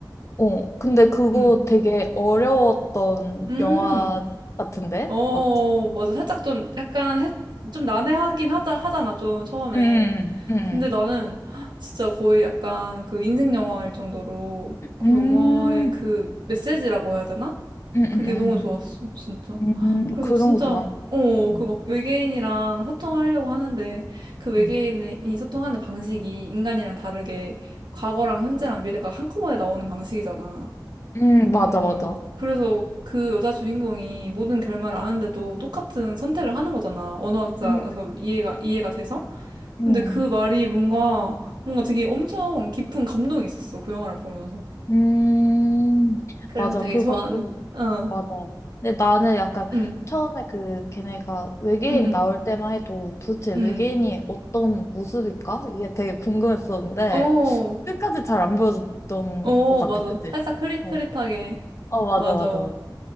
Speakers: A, on the left; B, on the right.
A: 어. 근데 그거
B: 응.
A: 되게 어려웠던
B: 음.
A: 영화 같은데?
B: 어,
A: 맞지?
B: 맞아. 살짝 좀 약간 해, 좀 난해하긴 하자, 하잖아, 좀 처음에.
A: 응, 응.
B: 근데 나는 <gasps> 진짜 거의 약간 그 인생 영화일 정도로 그
A: 음,
B: 영화의 그 메시지라고 해야 되나?
A: 음, 음,
B: 그게 너무 좋았어, 진짜. <gasps>
A: 음, 음,
B: 그래서
A: 그런
B: 진짜,
A: 거 좋아.
B: 어,
A: 음,
B: 그 막 외계인이랑 소통하려고 하는데 그 외계인이
A: 음,
B: 소통하는 방식이 인간이랑 다르게 과거랑 현재랑 미래가 한꺼번에 나오는 방식이잖아.
A: 음, 맞아,
B: 음,
A: 맞아.
B: 그래서 그 여자 주인공이 모든 결말을 아는데도 똑같은 선택을 하는 거잖아. 언어학자라서
A: 음,
B: 이해가, 이해가 돼서. 근데
A: 음,
B: 그 말이 뭔가, 뭔가 되게 엄청 깊은 감동이 있었어. 그 영화를 보면서.
A: 음,
B: 그래서
A: 맞아.
B: 되게
A: 그것도
B: 좋아하는. 어,
A: 맞아. 근데 나는 약간
B: 응,
A: 처음에 그 걔네가 외계인
B: 응, 응,
A: 나올 때만 해도 도대체
B: 응.
A: 외계인이 어떤 모습일까? 이게 되게 궁금했었는데
B: 어,
A: 끝까지 잘 안 보여줬던
B: 어,
A: 것 같아.
B: 맞아.
A: 그치?
B: 살짝 흐릿흐릿하게.
A: 어, 어, 맞아,
B: 맞아.
A: 맞아, 맞아.